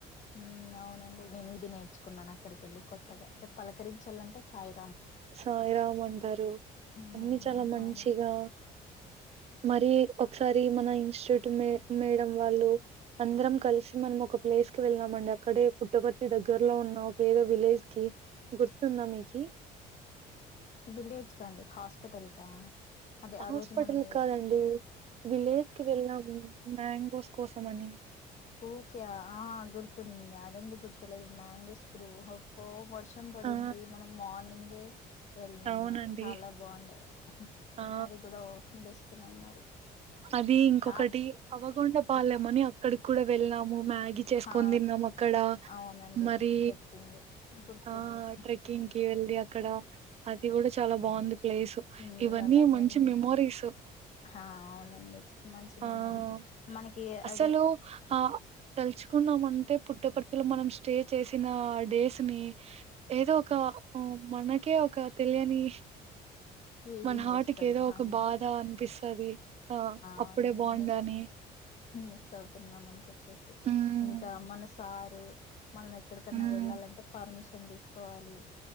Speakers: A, on the left; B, on the right.
A: మ్మ్ అవునండి నేను ఇది నేర్చుకున్నాను అక్కడికి వెళ్ళి కొత్తగా పలకరించాలంటే సాయి
B: సాయిరామ్ అంటారు
A: మ్మ్
B: అన్ని చాలా మంచిగా
A: అవును
B: మరీ ఒకసారి మన ఇన్స్టిట్యూట్ మే మేడం వాళ్ళు అందరం కలిసి మనం ఒక ప్లే స్ కి వెళ్ళామండి అక్కడే పుట్టపర్తి దగ్గర్లో ఉన్న ఒక ఏదో విలేజ్ కి గుర్తుందా మీకీ?
A: విలేజ్ కా అండి హాస్పిటల్ కా? అదే
B: హాస్పిటల్
A: ఆ రోజు మనం ఏ
B: కాదండి, విలేజ్ కి వెళ్ళాము మ్యాంగోస్ కోసం అని. <inaudible>
A: ఓకే ఆఁ గుర్తుంది అది ఎందుకు గుర్తులేదు మ్యాంగీస్ గ్రూ అబ్బో మ వర్షం పడింది
B: ఆ
A: మనం మార్నింగే వెళ్ళినాము
B: అవునండి
A: చాలా బాగుండే.
B: ఆ
A: అది కూడా బెస్ట్ మెమోరీ
B: అది ఇంకొకటి
A: కార్
B: అవగొండ పాలేమని
A: క-
B: అక్కడికి కూడా వెళ్ళాం మ మ్యాగీ చేసుకని
A: హా
B: తిన్నాం అక్కడ
A: అవునండి
B: మరి
A: ట్రెక్కింగ్ గుర్తుంది
B: ఆ ట్రెక్ క్కింగ్కీ వెళ్లీ అక్కడా అది కూడా చాలా బాగుంది. ప్లేసు
A: మ్మ్
B: ఇవన్నీ
A: చాలా బాగుందండి
B: మంచి మెమోరీసు
A: హా అవునండి మంచి
B: ఆఁ
A: మెమోరీస్ మనకి
B: అసలు
A: అదే
B: ఆ తలుచుకున్నామం టే పుట్టపర్తి లో మనం స్టే చేసిన డేస్ నీ ఏదో ఒక మన కే ఒక తెలియని
A: ఫీలింగ్
B: మన హర్ట్
A: వస్తది
B: కీ ఏదో ఒక
A: అవును
B: బాధ అనిపిస్తది. ఆ అప్పుడే
A: అవునండి
B: బాగుండే
A: మిస్
B: అనీ
A: మిస్ అవుతున్నాం అని చెప్పేసి
B: ఉమ్
A: ఇంకా మన సా రు మనం ఎక్కడకన్నా
B: ఉమ్
A: వెళ్ళాలంటే పర్మిషన్ తీసుకోవాలి.